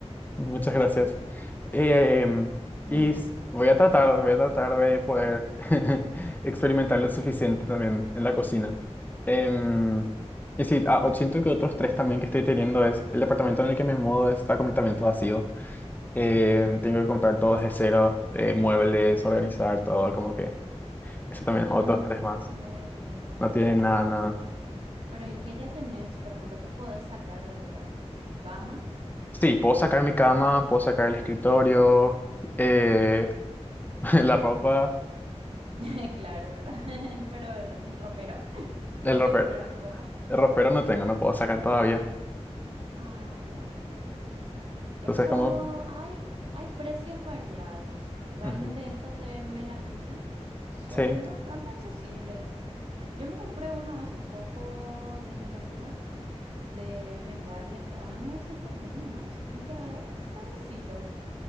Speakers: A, on the left; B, on the right.
A: Muchas gracias. Em,
B: De
A: y
B: nada.
A: s- voy a tratar, voy a tratar de poder <laughs> experimentar lo suficiente también en la cocina. Em, y sí, ah, o- siento que otros tres también que estoy teniendo es el departamento en el que me mudo está completamente vacío. Em, tengo que comprar todo desde cero, eh, muebles,
B: Ah,
A: organizar todo,
B: no,
A: como que eso también
B: no tiene
A: es otros
B: ningún
A: tres más.
B: mueble.
A: No tiene nada, nada.
B: Pero ¿y qué ya tenés, por ejemplo, qué podés sacar de tu casa? Cama,
A: Sí, puedo sacar mi cama, puedo sacar el escritorio, eh, <laughs> la ropa,
B: <laughs> claro, ¿verdad? <laughs> Pero, ¿y ropero? ¿En
A: el
B: ¿Dónde
A: ropero.
B: poner tu ropa?
A: Ropero no tengo, no puedo sacar todavía.
B: Ah, bueno.
A: Entonces,
B: Eso
A: como,
B: hay, hay precios variados. Realmente
A: ujú,
B: estos de melamina son
A: sí,
B: bastante accesibles. Yo me compré uno hace poco de melamina, de Mecal, estaba a 900 mil nomás y ya es grandecito.